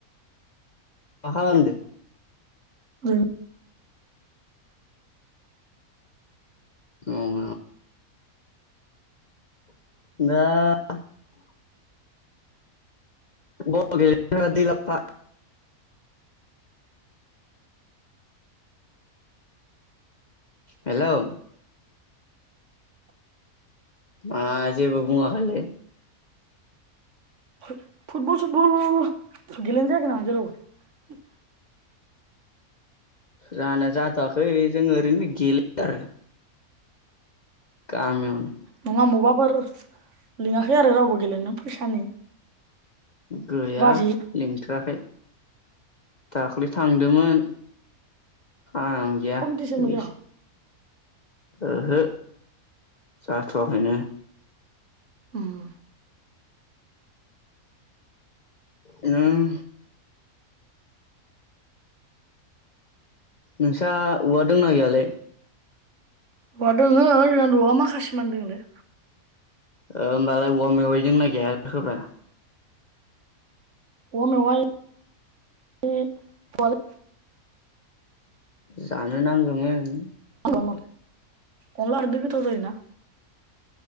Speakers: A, on the left; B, on the right.
A: मा खालामदो?
B: <unintelligible>
A: उम दा बल गेलेनो फायबा दै लाबफा हेलौ मा जेबो बुङाखोलै
B: <unintelligible> फुटबल फुटबल गेलेनो जायाखै नामा जेरावबो?
A: जानाया जाथवाखै जोङो ओरैनो गेलेयो आरो गामियावनो
B: नङा मबा फोर लिङाखै आरो रावबो गेलेनो फैसानि
A: गैया
B: बाजि
A: लिंथाराखै दाखालै थांदोंमोन आं गैया
B: कम्पिटिसनबो
A: बिस
B: जाया
A: ओहो जाथआखैनो
B: ओम
A: उओम नोंस्रा औवा दंना गैयालै
B: औवा दङ ओजा नवाव औवा माखासे मानि दङलै
A: ओ‌ ओमबालाय औवा मेवाइ दोंना गैया जाखोब्रा
B: औवा मेवाइ दायो गैथवालै
A: जानो नांगोमोन
B: अ कमल अनला खारैदो गोथाव जायोना